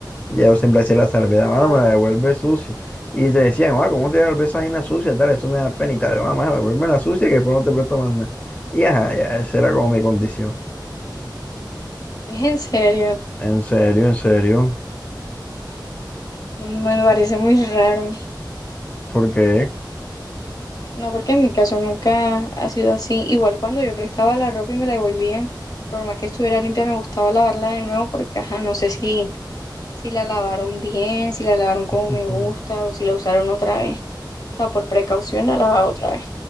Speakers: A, on the left; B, on the left.
A: Ya yo siempre hacía la salvedad,
B: Ah,
A: mano, me la devuelve sucia. Y te decían, ah, ¿cómo te devuelves esa vaina sucia? Tal, eso me da pena y tal. Yo, ah, mano, devuélveme la sucia que después no te presto más nada. Y ajá, ya, esa era como mi condición.
B: es en serio,
A: En serio, en serio.
B: me
A: Sí.
B: parece muy raro.
A: ¿Por qué?
B: No, porque en mi caso nunca ha sido así. Igual cuando yo prestaba la ropa y me la devolvían, por más que estuviera limpia, me gustaba lavarla de nuevo porque, ajá, no sé si, si la lavaron bien, si la lavaron como
A: <laughs>
B: me gusta o si la usaron otra vez. O sea, por precaución la lavaba otra vez.